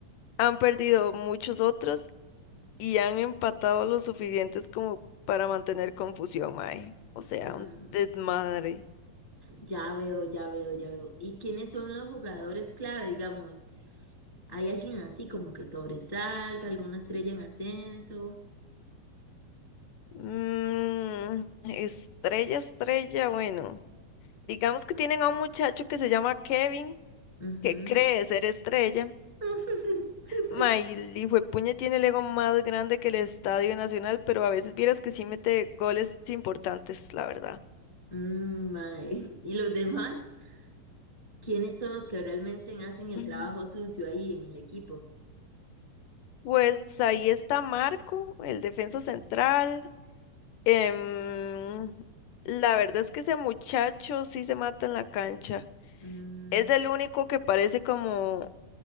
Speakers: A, on the left; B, on the left.
A: han perdido muchos otros y han empatado lo suficientes como para mantener confusión, mae. O sea,
B: mm,
A: un desmadre.
B: ya veo, ya veo, ya veo. ¿Y quiénes son los jugadores clave, digamos? ¿Hay alguien así como que sobresalga, alguna estrella en ascenso?
A: Mm, estrella, estrella, bueno. Digamos que tienen a un muchacho que se llama Kevin,
B: Ujú.
A: que cree ser estrella.
B: <laughs>
A: Ma, y el hijuepuña tiene el ego más grande que el Estadio Nacional, pero a veces vieras que sí mete goles importantes, la verdad.
B: Mm, mae. <laughs> ¿Y los demás? ¿Quiénes son los que realmente hacen el
A: Mm.
B: trabajo sucio ahí en el equipo?
A: Pues ahí está Marco, el defensa central. Em, la verdad es que ese muchacho sí se mata en la cancha.
B: Mm,
A: Es el único que parece como,